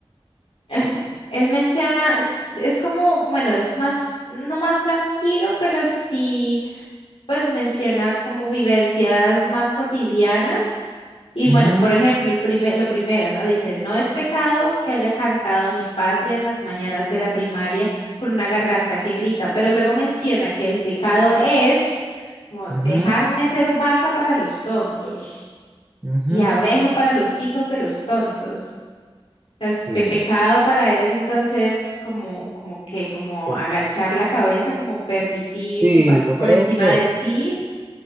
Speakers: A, on the left (about 70°); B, on the right (about 25°).
A: <laughs> él menciona, es, es como, bueno, es más, no más tranquilo, pero sí, pues menciona como vivencias más cotidianas. Y
B: ujú,
A: bueno, por ejemplo, el primer, lo primero, ¿no? Dice, no es pecado que haya cantado mi patria en las mañanas de la primaria con una garganta que grita, pero luego menciona que el pecado es como
B: ujú,
A: dejarme ser vaca para los tontos
B: ujú,
A: y abeja para los hijos de los tontos es
B: Sí,
A: pe- pecado para él es entonces como, como que, como
B: com-
A: agachar la cabeza, como permitir
B: sí,
A: que pase
B: yo
A: por
B: creo
A: encima
B: que,
A: de sí.